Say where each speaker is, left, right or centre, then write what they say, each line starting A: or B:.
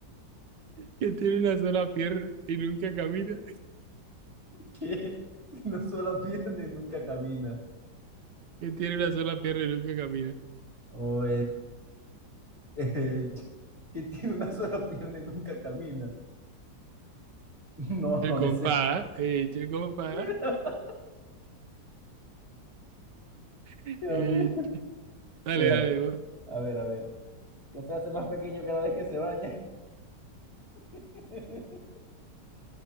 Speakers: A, on the right (about 75°); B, on the right (about 15°).
A: que tiene una sola pierna y nunca camina.
B: ¿Qué? No solo pierde y nunca camina.
A: que tiene una sola pierna y nunca camina.
B: O eh, <laughs> que tiene una sola pierna y nunca camina. <laughs> No,
A: El
B: no
A: compás,
B: le sé.
A: eche el compás,
B: <laughs>
A: eche.
B: Dios mío.
A: Dale,
B: Mira,
A: dale, vos.
B: a ver, a ver. Ya se hace más pequeño cada vez que se baña. <laughs>